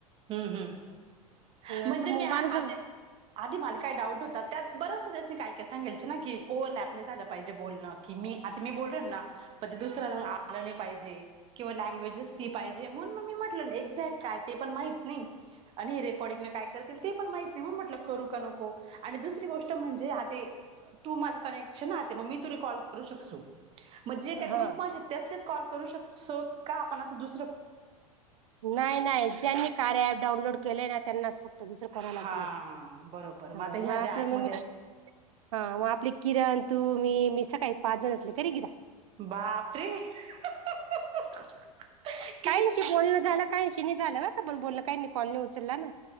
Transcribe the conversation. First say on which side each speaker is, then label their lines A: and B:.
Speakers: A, on the right (about 30°); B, on the right (about 60°).
A: हम्म हमंम्हणजे
B: असं मग
A: मी आ
B: माणूस
A: आधी आधी मला काय डाऊट होत त्यात बरच सगळयासनी काय काय सांगायचं ना की ओव्हरलॅप नाही झालं पाहिजे बोलणं की मी आता मी बोललन ना पण ते दुसऱ्या ला आलं नाही पाहिजे किंवा लँग्वेजस ती पाहिजे म्हणून मग मी म्हटलं एक्झॅक्ट काय ते पण माहीत नाही आणि रेकॉर्डिंग काय कर ते पण माहित नाही म्हणून म्हटलं करू का नको आणि दुसरी गोष्ट म्हणजे आ तू माझी कनेक्शन ते मग मी ते रेकॉर्ड करू शकसो म्हणजे त्या
B: हा
A: ग्रुप <unintelligible> करू शकतो का आपण अस दुस
B: नाही नाही ज्यांनी कार्या ऍप डाउनलोड केले ना त्यांना फक्त आ दुसरं
A: हा
B: कोणलाच नाही?
A: बरोबर
B: हा
A: आता ह्या
B: मग आप
A: ज्या
B: मग
A: ऍपमध्ये
B: मी
A: आहेत
B: हा मग आपले किरण तू मी मी सकाळी पाच जण असले तरी केला.
A: बापरे! ! <unintelligible>
B: <inaudible> काहीशी बोलणं झालं काहीशी नाही झालं बा का पण बोलणं काही नाही कॉलनी उचलला ना.